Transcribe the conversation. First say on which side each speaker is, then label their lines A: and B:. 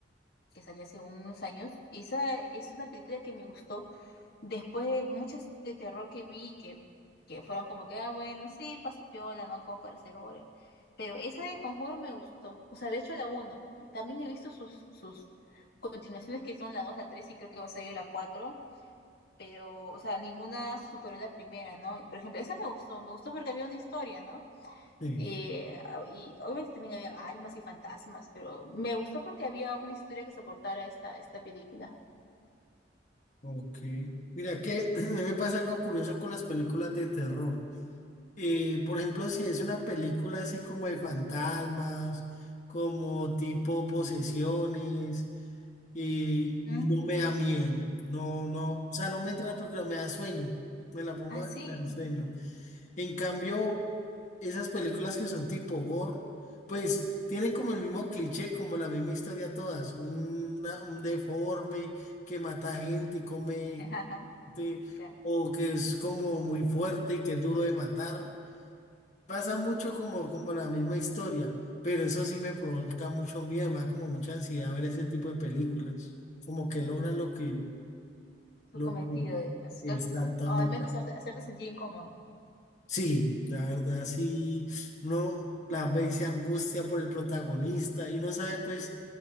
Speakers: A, on the left (about 60°); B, on the left (about 40°).
A: que salió hace unos años. Esa es una película que me gustó después de muchas de terror que vi, que, que fueron como que, ah, bueno, sí, paso piola, ¿no? Como para hacer hora. Pero esa del Conjuro me gustó. O sea, de hecho, la uno También he visto sus, sus continuaciones que son la dos la tres y creo que va a salir la cuatro pero, o sea, ninguna superó la primera, ¿no? Y por ejemplo, esa me gustó, me gustó porque había una historia, ¿no?
B: Sí.
A: Eh, ah, y obviamente también habían almas y fantasmas, pero me gustó porque había una historia que soportara esta, esta película.
B: Ok. Mira que <clears throat> a mí me pasa algo curioso con las películas de terror. Eh, por ejemplo, si es una película así como de fantasmas, como tipo posesiones, eh, no
A: ¿Mm?
B: me da miedo. No, no, o sea, no me entra la película, me da sueño. Me la pongo
A: Ah,
B: a ver,
A: sí,
B: me da sueño. En cambio, esas películas que son tipo gore, pues tienen como el mismo cliché, como la misma historia todas. Una- un deforme que mata gente y come
A: <laughs> Ajá,
B: sí,
A: claro,
B: o que es como muy fuerte y que es duro de matar. Pasa mucho como, como la misma historia, pero eso sí me provoca mucho miedo, me da como mucha ansiedad ver ese tipo de películas. Como que logran lo que,
A: su
B: lo
A: cometido
B: que
A: de asustar,
B: exactamente.
A: o al menos hacerte, hacerte sentir incómodo.
B: Sí, la verdad sí, no la ve y se angustia por el protagonista y no sabe pues